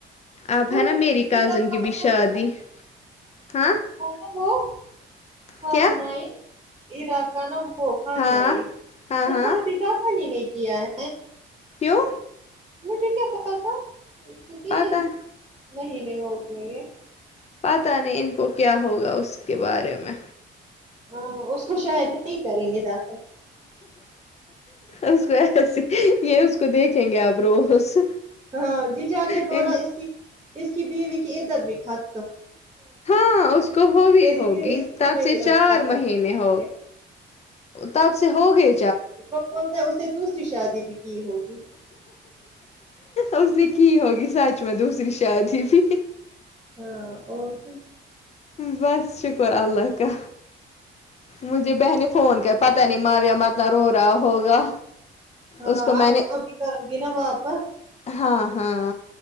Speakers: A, on the left (about 35°); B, on the right (about 20°).
A: اب
B: وہ
A: ہے نا میری کازن
B: ایرا کا
A: کی بھی
B: تھا
A: شادی
B: نا
A: ہاں
B: او ہو <unintelligible>
A: کیا ہاں ہاں ہاں
B: پانی لیکے آے
A: کیوں
B: مجھے کیا پتا تھا اس کے تین
A: پتہ
B: مہینے ہو گئے
A: پتہ نہیں ان کو کیا ہوگا اس کے بارے میں
B: ہاں اس کو شاید نہیں کریں گے دا
A: اس کو ایسے یہ اس کو دیکھیں گے آپ روز
B: ہاں جی جان نے
A: ان
B: بولا اس کی اس کی بیوی کی عدت بھی خت
A: ہاں اس کو ہوی بھی
B: لیکن
A: ہوگی
B: اس کو
A: تب
B: نہیں
A: سے چار
B: ابھی داخل
A: مہینے
B: کریں
A: ہو
B: گے
A: تپ سے ہوگے
B: کو بولتا ہے اس نے دوسری شادی بھی کی ہوگی
A: اس نے کی ہوگی سچ میں دوسری شادی بھی
B: ہاں اور کچھ
A: بس شکر اللہ کا مجھے بہن نے فون کیا پتا نہیں ماریہ عماد اتنا رو رہا ہوگا
B: ہاں
A: اس کو میں
B: آپ
A: نے
B: آب کرو گی نہ واپس
A: ہاں ہاں